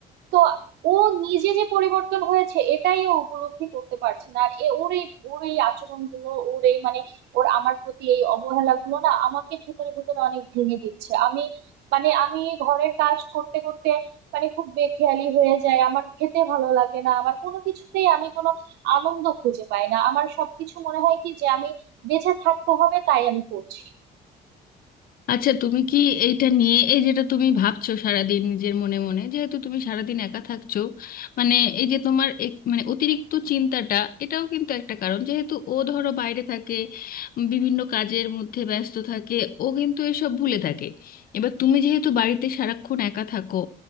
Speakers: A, on the right; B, on the left.
A: তো ও নিজে যে পরিবর্তন হয়েছে এটাই ও উপলব্ধি করতে পারছে না আর এ- ওর এই ওর এই আচরণগুলো ওর এই মানে ওর আমার প্রতি এই অবহেলা গুলো না আমাকে ভেতরে ভেতরে অনেক ভেঙে দিচ্ছে আমি মানে আমি ঘরের কাজ করতে করতে মানে খুব বেখেয়ালি হয়ে যায় আমার খেতে ভালো লাগে না আমার কোনো কিছুতেই আমি কোনো আনন্দ খুঁজে পাই না আমার সবকিছু মনে হয় কি যে আমি বেঁচে থাকতে হবে তাই আমি করছি
B: আচ্ছা তুমি কি এইটা নিয়ে এই যেটা তুমি ভাবছো সারাদিন নিজের মনে মনে যেহেতু তুমি সারাদিন একা থাকছো মানে এই যে তোমার এক- মানে অতিরিক্ত চিন্তাটা এটাও কিন্তু একটা কারণ যেহেতু ও ধরো বাইরে থাকে উম, বিভিন্ন কাজের মধ্যে ব্যস্ত থাকে ও কিন্তু এসব ভুলে থাকে এবার তুমি যেহেতু বাড়িতে সারাক্ষণ একা থাকো